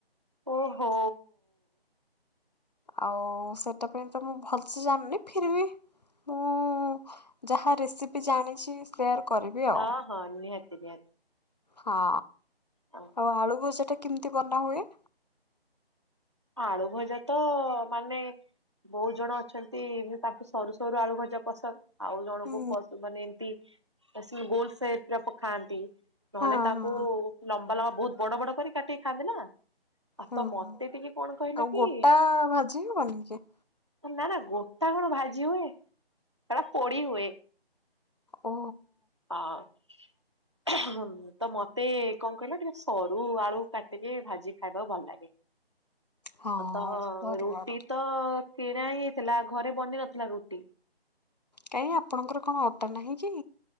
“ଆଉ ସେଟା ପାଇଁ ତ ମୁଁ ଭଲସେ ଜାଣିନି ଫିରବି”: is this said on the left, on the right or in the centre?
Left